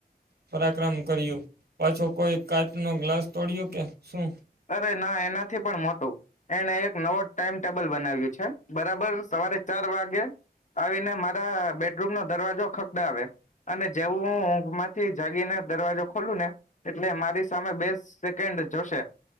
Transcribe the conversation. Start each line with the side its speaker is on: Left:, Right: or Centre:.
Right: પરાક્રમ કર્યું પાછો કોઈ કાચ નો ગ્લાસ તોડ્યો કે શું
Left: અરે ના એનાથી પણ મોટું એને એક નવો ટાઈમ ટેબલ બનાવ્યું છે બરાબર સવારે ચાર વાગે આવીને મારા બેડરૂમ નો દરવાજો ખકડાવે અને જેવું માંથી જાગીને દરવાજો ખોલું ને એટલે મારી સામે બેસ્ટ સેકન્ડ જોશે.